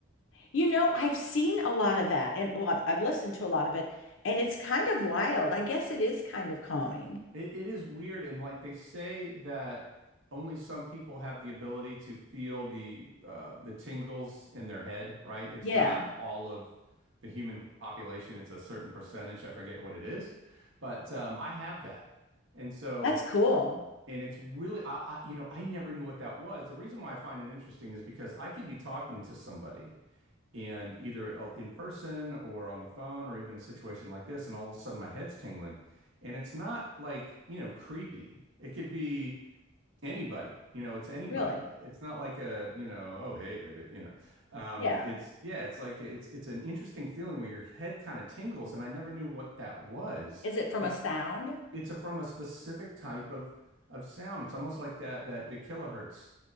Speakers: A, on the left (about 75°); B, on the right (about 70°).
A: You know, I've seen a lot of that, and well, I've, I've listened to a lot of it, and it's kind of wild. I guess it is kind of calming.
B: It it is weird, and like they say that only some people have the ability to feel the uh, the tingles in their head, right? It's
A: Yeah,
B: not all of the human population; it's a certain percentage. I forget what it is, but um, I have that, and so
A: that's cool.
B: and it's really, I, I you know, I never knew what that was. The reason why I find it interesting is because I could be talking to somebody. and either uh, in person or on the phone or even a situation like this and all of a sudden my head's tingling and it's not like you know creepy it could be anybody you know it's anybody
A: Really?
B: it's not like a you know oh hey baby you know um
A: Yeah.
B: it's yeah it's like a- it's it's an interesting feeling where your head kind of tingles and I never knew what that was
A: Is it from
B: but
A: a sound?
B: it's a, from a specific type of of sound it's almost like that that the kilohertz